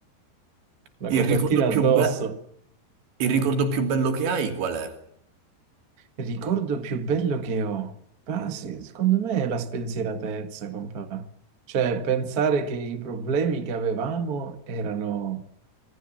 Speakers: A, on the right; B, on the right.
A: la
B: Il
A: copertina
B: ricordo più
A: addosso.
B: be- il ricordo più bello che hai qual è?
A: Il ricordo più bello che ho. Ah, sì, secondo me è la spensieratezza, compare. Cioè, pensare che i problemi che avevamo erano